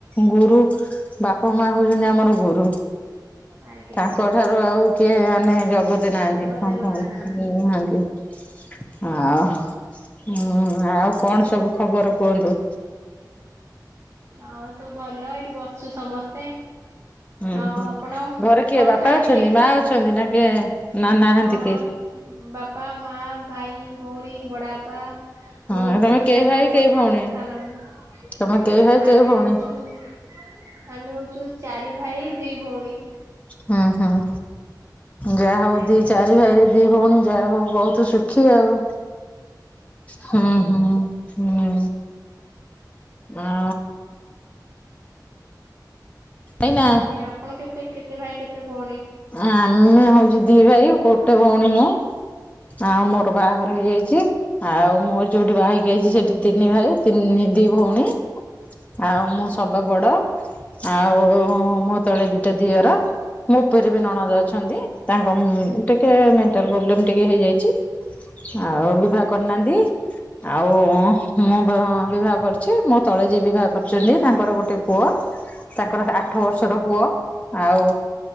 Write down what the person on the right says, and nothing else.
ଆଜ୍ଞା।
ବଡ
ଦେବତା
ନାହାନ୍ତି
ଆଉ ସବୁ ଭଲ ଏଇଠି ବସଛୁ ସମସ୍ତେ।
ଆଉ ଆପଣ
କଣ
ଖାଇଥିଲେ?
ହଁ
ବାପା ମା ଭାଇ ଭଉଣୀ ବଡ଼ ବାପା। ବଡ
ବୋଉ
ସାନ
ବାପା
ସାନ ଭଉଣୀ
ଆମେ
ହଉଛୁ ଆମେ ହଉଛୁ ଚାରି ଭାଇ ଦି ଭଉଣୀ।
ଆଜ୍ଞା
ଆଜ୍ଞା ଆପଣ କେତେ କେତେ ଭାଇ କେତେ ଭଉଣୀ?
ହଁ
ଆଜ୍ଞା
ଆଜ୍ଞା
ଆଜ୍ଞା
ଆଜ୍ଞା